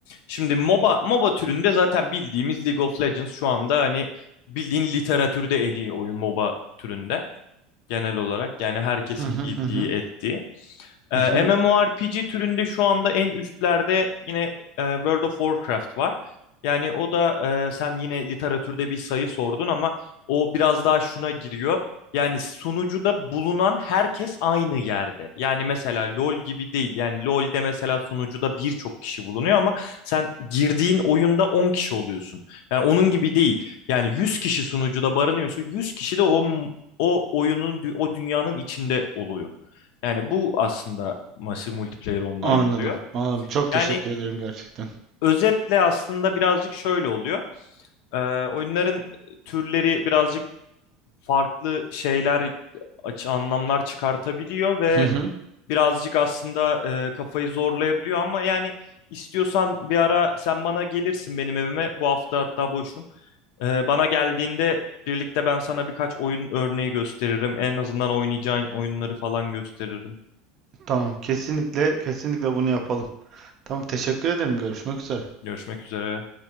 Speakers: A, on the left; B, on the right.
A: Şimdi MOBA MOBA türünde zaten bildiğimiz League of Legends şu anda hani bildiğin literatürde en iyi oyun MOBA türünde genel olarak. Yani herkesin
B: Hı hı
A: bildiği,
B: hı hı.
A: ettiği. Ee,
B: hı hı.
A: MMORPG türünde şu anda en üstlerde yine e, World of Warcraft var. Yani o da e, sen yine literatürde bir sayı sordun ama o biraz daha şuna giriyor. Yani sunucuda bulunan herkes aynı yerde. Yani mesela LoL gibi değil. Yani LoL'de mesela sunucuda birçok kişi bulunuyor ama sen girdiğin oyunda 10 kişi oluyorsun. Yani onun gibi değil. Yani 100 kişi sunucuda barınıyorsa 100 kişi de o o oyunun o dünyanın içinde oluyor. Yani bu aslında Massive Multiplayer Online
B: Anladım.
A: oluyor.
B: Anladım. Çok teşekkür
A: Yani
B: ederim gerçekten.
A: özetle aslında birazcık şöyle oluyor. Ee, oyunların türleri birazcık farklı şeyler, açı anlamlar çıkartabiliyor ve
B: Hı hı.
A: birazcık aslında e, kafayı zorlayabiliyor ama yani istiyorsan bir ara sen bana gelirsin benim evime. Bu hafta hatta boşum. Ee, bana geldiğinde birlikte ben sana birkaç oyun örneği gösteririm. En azından oynayacağın oyunları falan gösteririm.
B: Tamam. Kesinlikle kesinlikle bunu yapalım. Tamam. Teşekkür ederim. Görüşmek üzere.
A: Görüşmek üzere.